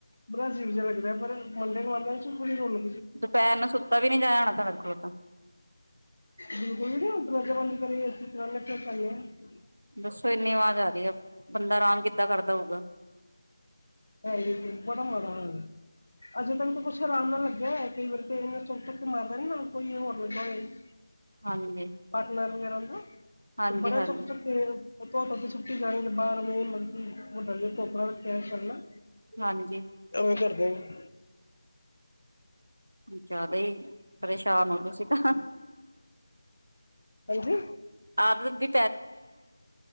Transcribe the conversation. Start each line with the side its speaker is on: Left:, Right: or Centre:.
Left: ਬੜਾ ਅਜੀਵ ਜਿਹਾ ਲੱਗਦਾ ਏ, ਪਰ ਮੁੰਡੇ ਵਾਲੇ ਚ ਕੁੜੀ ਵੱਲੋਂ
Right: ਦੁਪਹਿਰ ਨੂੰ ਸੁੱਤਾ ਵੀ ਨੀ ਜਾਇਆ ਹੋਣਾ ਤੁਹਾਡੇ ਕੋਲੋ ਤਾਂ?
Left: ਬਿਲਕੁਲ ਵੀ ਦਰਵਾਜਾ ਬੰਦ ਕਰੀਏ ਏ ਸੀ ਲਗਿਆ <unintelligible>
Right: ਦੱਸੋ ਇੰਨੀ ਆਵਾਜ਼ ਆ ਬੰਦਾ ਆਰਾਮ ਕਿੱਦਾਂ ਕਰ ਦਓਗਾ।
Left: ਹਾਏ ਬੜਾ ਮਾੜਾ ਹੋਇਆ, ਅਜੇ ਤੱਕ ਤਾਂ ਕੁਛ ਆਰਾਮ ਨਾਲ ਲੱਗਿਆ ਹੋਆ ਸੀ, ਕਈ ਵਾਰੀ ਤੇ ਇਹਨੇ ਚੁੱਕ-ਚੁੱਕ ਕੇ ਮਾਰਦਾ ਨੀ ਨਾਲ ਕੋਈ ਹੋਰ ਲੱਗਾ ਹੋਇਆ ਈ।
Right: ਹਾਂਜੀ
Left: ਪਾਟਨਰ ਵਗੈਰਾ। <inaudible>
Right: ਹਾਂਜੀ
Left: ਬੜਾ
Right: ਹਾਂਜੀ
Left: ਚੁੱਕ-ਚੁੱਕ ਕੇ ਉਤੋਂ ਕਦੇ ਛੁੱਟੀ ਜਾਂ ਆਈ ਏ ਬਾਹਰ ਮ ਮਲਬ ਕਿ ਵਡਾ ਜਿਹਾ ਟੋਕਰਾ ਰੱਖਿਆ ਚੱਲਣਾ।
Right: ਹਾਂਜੀ
Left: ਐਵੇਂ ਕਰਦੇ ਨੇ।
Right: ਅੱਛਾ ਬਈ। ਪਰੇਸ਼ਾਨ ਹੋ ਤੁਸੀਂ ਤਾਂ।
Left: ਹਾਂਜੀ
Right: ਆਦਤ ਵਿ